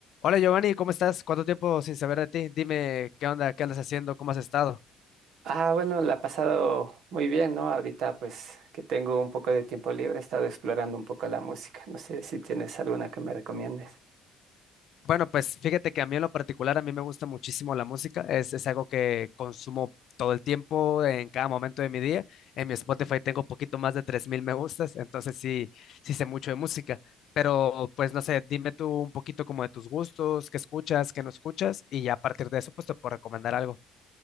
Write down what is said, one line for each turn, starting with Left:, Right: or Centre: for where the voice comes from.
Left: Hola Giovanni, ¿cómo estás? ¿Cuánto tiempo sin saber de ti? Dime, ¿qué onda? ¿Qué andas haciendo? ¿Cómo has estado?
Right: Ah, bueno, la he pasado muy bien, ¿no? Ahorita pues que tengo un poco de tiempo libre, he estado explorando un poco la música. No sé si tienes alguna que me recomiendes.
Left: Bueno, pues fíjate que a mí en lo particular, a mí me gusta muchísimo la música. Es, es algo que consumo todo el tiempo, en cada momento de mi día. En mi Spotify tengo un poquito más de 3.000 me gustas, entonces sí, sí sé mucho de música. Pero pues no sé, dime tú un poquito como de tus gustos, qué escuchas, qué no escuchas, y ya a partir de eso pues te puedo recomendar algo.